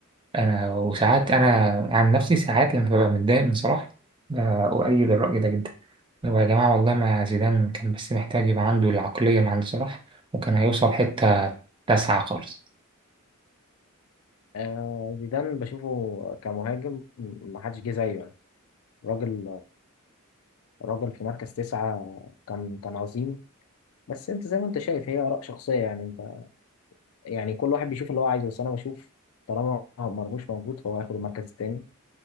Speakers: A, on the right; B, on the left.
A: انا وساعات انا عن نفسي ساعات لما ببقى متضايق من صلاح آه اؤيد الراي ده جدا اللي هو يا جماعه والله ما زيدان كان بس محتاج يبقى عنده العقليه اللي عند صلاح وكان هيوصل حته تسعة خالص
B: آه، زيدان بشوفه كمهاجم محدش جه زيه يعني راجل راجل في مركز تسعة كان كان عظيم بس انت زي ما انت شايف هي اراء شخصيه يعني انت يعني كل واحد بيشوف اللي هو عايزه بس انا بشوف طالما مرموش موجود فهو هياخد المركز الثاني